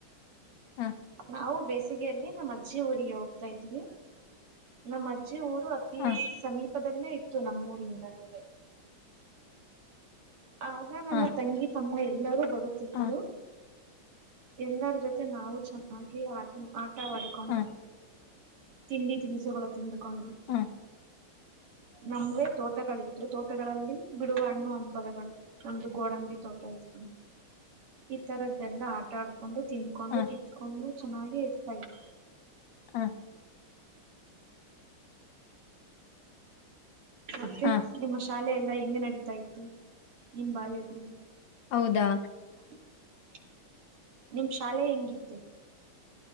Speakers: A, on the left; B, on the right.
A: ಆ
B: ನಾವು ಬೇಸಿಗೆಯಲ್ಲಿ ನಮ್ಮ ಅಜ್ಜಿ ಊರಿಗೆ ಹೋಗ್ತಾ ಇದ್ವಿ ನಮ್ಮ ಅಜ್ಜ್ ಜ್ಜಿ ಊರು ಅತಿ
A: ಆ
B: ಸಮೀಪದಲ್ಲೇ ಇತ್ತು ನಮ್ಮೂರಿಂದ ನೂವೆ ಆಗ ನನ್ನ
A: ಆ
B: ತಂಗಿ ತಮ್ಮ ಎಲ್ಲರೂ ಬರುತ್ತಿದ್ದರು.
A: ಆ
B: ಎಲ್ಲರೂ ಜೊತೆ ನಾವು ಚೆನ್ನಾಗಿ ಆಟ ಆಟವಾಡಿಕೊಂಡು.
A: ಆ
B: ತಿಂಡಿ ತಿನಿಸುಗಳು ತಿಂದ್ಕೊಂಡು
A: ಆ
B: ನಮ್ಗೆ ತೋಟಗಳಿತ್ತು ತೋಟಗಳಲ್ಲಿ ಬಿಡುವ ಹಣ್ಣು ಹಂ ಪಲುಗಳು ನಮ್ದು ಗೋಡಂಬಿ ತೋಟ ಇತ್ತು ಈ ತರದ್ದೆಲ್ಲಾ ಆಟ ಆಡ್ಕ್ ಕೊಂಡು ತಿನ್ಕೊಂಡು
A: ಆ
B: ಕಿತ್ಕೊಂಡು ಚೆನ್ನಾಗೆ ಇರ್ತಾ ಇತ್ತು.
A: ಹಾ
B: ಹ ಮತ್ತೆ
A: ಆ
B: ಶಾಲೆಯಲ್ಲಿ ಎಲ್ಲಾ ಹೆಂಗ್ ನಡೀತಾ ಇತ್ತು ನಿಮ್ ಬಾಲ್ಯದಲ್ಲಿ
A: ಹೌದಾ
B: <unintelligible> ನಿಮ್ ಶಾಲೆ ಹೆಂಗಿತ್ತು